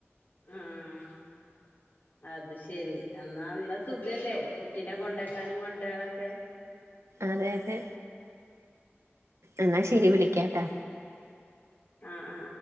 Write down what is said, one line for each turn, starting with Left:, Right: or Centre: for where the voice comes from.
Left: ആഹ് അത് ശരി എന്നാ അന്ന സുഖല്ലേ കുട്ടീനെ കൊണ്ടേക്കാനും കൊണ്ടുവരാനൊക്കെ
Right: അതെ അതെ എന്നാ ശരി വിളിക്കാട്ടാ
Left: ആഹ് ആ